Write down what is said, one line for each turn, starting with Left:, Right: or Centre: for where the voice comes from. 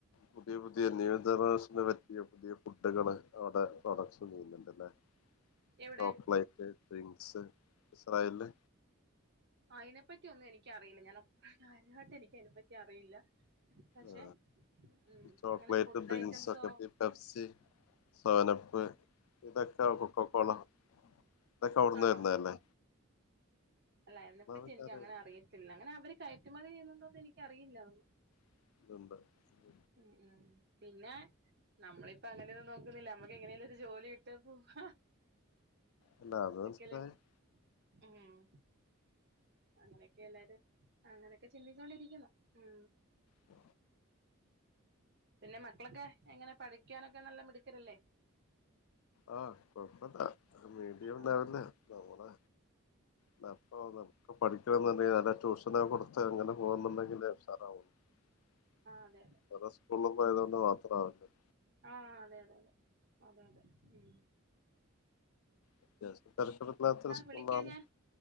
Left: പുതിയ പുതിയ നിയന്ത്രണ <unintelligible> പുതിയ പുതിയ ഫുഡ്കള് അവടെ പ്രൊഡക്ട്സ് <unintelligible> <unintelligible>
Right: എവിടെ
Left: ചോക്ലേറ്റ്, ഡ്രിങ്ക്സ് ഇസ്രായെലില്
Right: അയിനെപ്പറ്റി ഒന്നും എനിക്കറിയില്ല, ഞാൻ അത്ര കാര്യായിട്ട് എനിക്കതിനെ പറ്റി അറിയില്ല. പക്ഷെ
Left: ആ
Right: ഉം
Left: ഈ ചോക്ലേറ്റ്,
Right: അങ്ങനെ ഫുഡ്
Left: ഡ്രിങ്ക്സ്
Right: ഐറ്റംസോ
Left: ഒക്കെ പെപ്സി, സെവനപ്പ് ഇതൊക്കെ കൊക്കോ കോള ഇതക്കവിടുന്ന്
Right: ആണോ
Left: വരുന്ന അല്ലേ?
Right: അല്ല അതിനെപ്പറ്റി
Left: എനിക്കറിയുന്നുണ്ട്
Right: എനിക്കങ്ങനെ അറിയത്തില്ല, അങ്ങനെ അവര് കയറ്റുമതി ചെയ്യുന്നുണ്ടോന്ന് എനിക്കറിയില്ല <unintelligible>
Left: <unintelligible>
Right: മ് മ് പിന്നെ നമ്മളിപ്പോ അങ്ങനെയൊന്നും നോക്കുന്നില്ല നമ്മുക്ക് എങ്ങനെലും ഒരു ജോലി കിട്ട് പോവാ.
Left: എല്ലാ അത്
Right: ഇതൊക്കെയല്ലേ
Left: <unintelligible>
Right: നമ്മള് ഉം അങ്ങനെയൊക്കെ എല്ലാരും അങ്ങനെയൊക്കെ ചിന്തിച്ചു കൊണ്ടിരിക്കുന്നു. മ്
Left: ഉ
Right: പിന്നെ മക്കളൊക്കെ എങ്ങനെ പഠിക്കാനൊക്കെ നല്ല മിടുക്കരല്ലേ?
Left: ആഹ് കൊഴപ്പല്ല. മീഡിയം
Right: ആഹ്
Left: ലെവലിലാ നമ്മളെ <unintelligible> ക്ക പഠിക്കണന്നുണ്ടേൽ നല്ല ട്യൂഷനെക്കെ കൊടുത്ത് അങ്ങനെ പോകുന്നുണ്ട <unintelligible>
Right: അതെ ആഹ് അതെ അതെ
Left: സ്കൂളിൽ പോയതോണ്ട് മാത് <unintelligible>
Right: ആ അതെ അതെ അതെ അതെ അതെ മ്
Left: അത്യാവശ്യം തരകേടില്ലാത്ത ഒരു സ്കൂളിലാണ്.
Right: വിളിക്കാം ഞാൻ